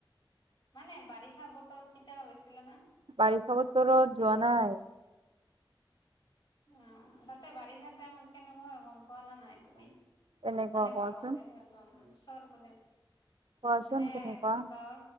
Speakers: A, on the left; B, on the right.
A: মানে বাৰিষা বতৰত কেতিয়াবা গৈছিলে না?
B: বাৰিষাৰ বতৰত যোৱা নাই।
A: উম তাতে বাৰিষা টাইমত কেনেকুৱা গম পোৱা নাই তুমি?
B: তেনেকুৱা
A: মানে
B: কোৱাচোন
A: গাঁৱতে। চৰ ব
B: কোৱাচোন
A: মানে
B: কেনেকুৱা
A: গাঁৱৰ